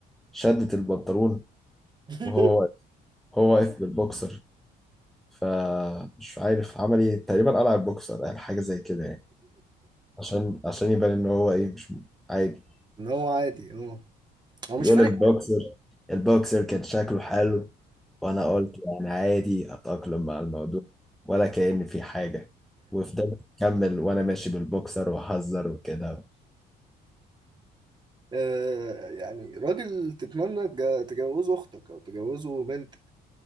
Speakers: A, in the centre; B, on the right.
A: شدت البنطلون
B: <laughs>
A: وهو واقف هو واقف بالبوكسر فمش عارف عمل ايه تقريبا قلع البوكسر قال حاجة زي كده يعني عشان عشان يبان ان هو ايه مش م- عادي
B: ان هو عادي اه هو مش
A: بيقول
B: فارق
A: البوكسر البوكسر كان شكله حلو وانا قلت يعني عادي اتأقلم مع الموضوع ولا كأن في حاجة وفضلت أكمل وأنا ماشي بالبوكسر وأهزر وكده
B: آه، يعني راجل تتمنى تجا- تجوزه اختك او تجوزه بنتك